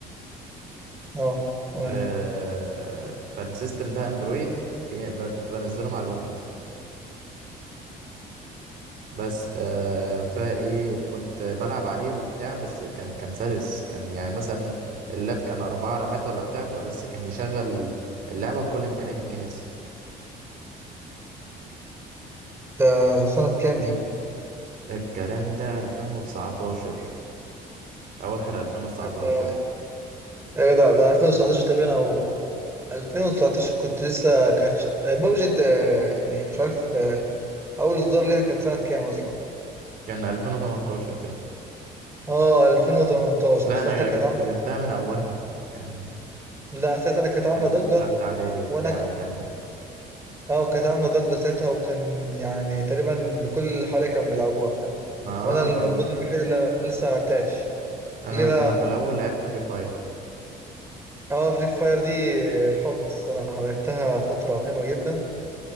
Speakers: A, on the right; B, on the right.
A: أه تمام
B: آه فالسيستم ده اندرويد بي- ب- كنت بنزله مع الويندوز بس آه فايه كنت بلعب عليه وبتاع بس كان كان سلس كان يعني مثلا اللاب كان أربعة رامات ولا بتاع بس كان يشغل اللعبة بكل إمكانيات الجهاز
A: ده سنة كام دي؟
B: ده الكلام ده 2019 أواخر 2019
A: آه، يا جدع ده أنا 2019 تقريبا أو 2019 كنت لسه كانت بابجي يعني مش عارف آه، أول إصدار ليها كانت سنة كام أصلا؟
B: كان 2018 كده
A: أه 2018
B: لا
A: ساعتها
B: أنا
A: كانت
B: جبت
A: عاملة
B: جبتها من أولها كان
A: لا ساعتها أنا كانت عاملة
B: كان
A: ضجة
B: تالتة إعدادي وبتاع
A: وأنا كان
B: وتانية
A: أه كانت عاملة ضجة ساعتها وكان يعني تقريبا كل اللي حواليا كان بيلعبوها فاهم؟
B: ما اه
A: وأنا المنبوذ
B: كان
A: الوحيد اللي أنا لسه ما لعبتهاش
B: أنا
A: ليه بقى؟
B: أنا في الأول لعبت فري فاير
A: أه فري فاير دي آه، الحب الصراحة لعبتها فترة حلوة جدا